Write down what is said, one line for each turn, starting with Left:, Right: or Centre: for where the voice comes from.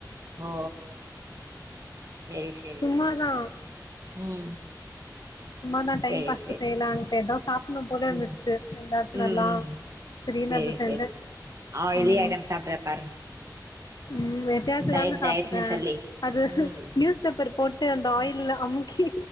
Right: ஓ சேரி சேர்
Left: சும்மா தா
Right: ம்
Left: சும்மாதா டைம்
Right: சேரி
Left: பாஸ்க்கு
Right: சேரி
Left: செய்யலான்ட்டு எதா சாப்பிட்னு போல இருந்துச்சு
Right: ம்
Left: எந்தாச்சு
Right: ம்
Left: நல்லா
Right: ம்
Left: தீடீர்னு
Right: சேரி
Left: அத செஞ்சே
Right: சேரி ஆயிலி
Left: ம்
Right: ஐட்டம் சாப்ட்ற பாரு
Left: ம் டேஸ்ட்டு
Right: டயட்
Left: தானு
Right: டயட்னு
Left: சாப்புட்டே
Right: சொல்லி
Left: அது
Right: ம்
Left: நியூஸ் பேப்பர் போட்டு அந்த ஆயில அமுக்கி